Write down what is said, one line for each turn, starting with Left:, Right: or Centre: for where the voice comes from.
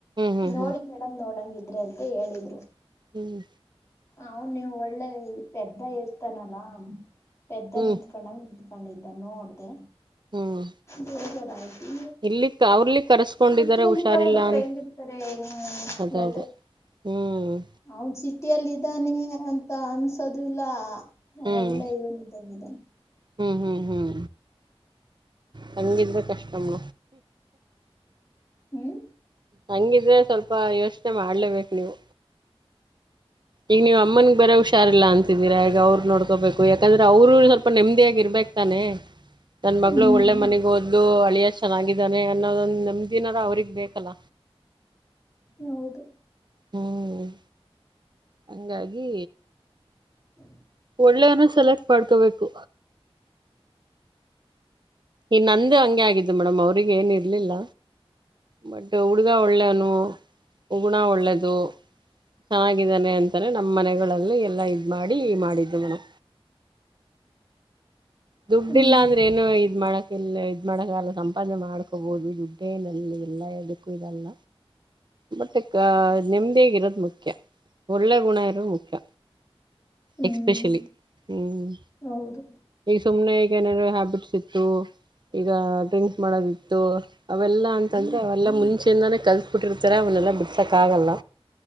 Right: ಹ್ಮ್
Left: ನೋಡಿ
Right: ಹ್ಮ್ ಹ್ಮ್
Left: ಮೇಡಮ್ ನೋಡಂಗಿದ್ರೆ ಅಂತ ಹೇಳಿದ್ರು
Right: ಹ್ಮ
Left: ಅವನ್ ನೀವು ಒಳ್ಳೆ ಪೆದ್ದ ಇರ್ತಾನಲ್ಲಾ ಪೆದ್ದ
Right: ಹ್ಮ್
Left: ನಿಂತ್ಕೊಂಡಾಗ ನಿಂತ್ಕೊಂಡಿದ್ದ ನೋಡ್ದೆ
Right: ಹ್ಮ್
Left: ಬೇಜಾರ್ ಆಯ್ತು
Right: ಇಲ್ಲಿ ಅವ್ರಲಿ ಕರೆಸ್ಕೊಂಡಿದಾರ
Left: ಸಿಟಿಯಲ್ಲಿ
Right: ಹುಷಾರಿಲ್ಲ
Left: ಇರೋ ಹುಡುಗರು
Right: ಅಂತ
Left: ಹೆಂಗಿ ಇರ್ತಾರೆ
Right: ಅದ
Left: ಹೇಳ್ರಿ
Right: ಅದೇ ಹ್ಮ್
Left: ಅವನ್ ಸಿಟಿಯಲ್ಲಿ ಇದ್ದಾನೆ ಅಂತ ಅನ್ಸೋದು ಇಲ್ಲ
Right: ಹ್ಮ್
Left: ಒಳ್ಳೆ ಇವನು ಧಾನ <unintelligible>
Right: ಹ್ಮ್ ಹ್ಮ್ ಹ್ಮ್ ಹೆಂಗಿದ್ರೂಕಷ್ಟಮ್ಮ
Left: ಹ್ಮ್
Right: ಹಂಗಿದ್ರೆ ಸ್ವಲ್ಪ ಯೋಚನೆ ಮಾಡ್ಲೇಬೇಕು ನೀವು ಈಗ ನೀವ್ ಅಮ್ಮನಗ್ ಬೇರೆ ಹುಷಾರಿಲ್ಲ ಅನ್ಂತಿದೀರಾ ಈಗ ಅವರ್ನು ನೋಡ್ಕೋಬೇಕು ತಾನೇ ಯಾಕಂದ್ರೆ ಅವ್ರರು ಸ್ವಲ್ಪ ನೆಮ್ಮದಿಯಾಗಿ ಇರ್ಬೇಕಕ್ತಾನೆ <unintelligible> ನನ್ ಮಗಳು
Left: ಹ್ಮ್
Right: ಒಳ್ಳೆ ಮನೆಗ್ ಓದ್ದಲು ಅಳಿಯ ಚೆನ್ನಾಗಿದ್ದಾನೆ ಅನ್ನೋದೊಂದ ನೆಮ್ದಿನಾದ್ರೂ ಅವ್ರಗ್ ಬೇಕಲ್ಲ
Left: ಹೌದು
Right: ಹ್ಮ್ ಹಂಗಾಗಿ
Left: ಹ
Right: ಒಳ್ಳೆಯವನ ಸೆಲೆಕ್ಟ್ ಮಾಡ್ಕೋಬೇಕು ಇದು ನಂದು ಹಂಗೆ ಆಗಿದ್ದು ಮೇಡಮ್ ಅವ್ರಿಗೆ ಏನು ಇರ್ಲಿಲ್ಲ ಬಟ್ ಹುಡ್ಗ ಒಳ್ಳೇನು ಗುಣ ಒಳ್ಳೇದು ಚೆನ್ನಾಗಿದ್ದಾನೆ ಅಂತಾನ ನಮ್ಮ್ ಮನೆಗಳಲ್ಲಿ ಎಲ್ಲಾ ಇದ್ ಮಾಡಿ ಮಾಡಿದ್ದವನು ದುಡ್ಡಿಲ್ಲ
Left: ಹ್ಮ್
Right: ಅಂದ್ರೆ ಏನೋ ಇದ್ ಮಾಡಕ್ ಎಲ್ಲ ಇದು ಮಾಡೋಕ್ಕಲ್ಲ ಸಂಪಾದನೆ ಮಾಡ್ಕೋಬೋದುದು ದುಡ್ಡನಲ್ಲಿ ಎಲ್ಲ ಇದದಕ್ಕೂ ಇದೆಲ್ಲ ಬಟ್ ನೆಮ್ಮದಿಯಾಗ ಇರೋದು ಮುಖ್ಯ ಒಳ್ಳೆ ಗುಣ ಇರೋದು ಮುಖ್ಯ
Left: ಹ್ಮ್
Right: ಎಕ್ಸ್ಪೆಷಲಿ ಹ್ಮ್
Left: ಹೌದು
Right: ಈಗ ಸುಮ್ನೆ ಈಗ ಏನಾರ ಹ್ಯಾಬಿಟ್ಸ್ ಇತ್ತು ಈಗ ಡ್ರಿಂಕ್ಸ್ ಮಾಡೋದಿತ್ತು ಅವೆಲ್ಲಾ ಅಂತಂದ್ರೆ ಅವೆಲ್ಲ ಮುಂಚೆಂದಾನೇ ಕಲ್ಸಬಿಟ್ಟಿರ್ತಾರ ಅವನ್ನೆಲ್ಲ ಬಿಡ್ಸಕ್ ಆಗಲ್ಲ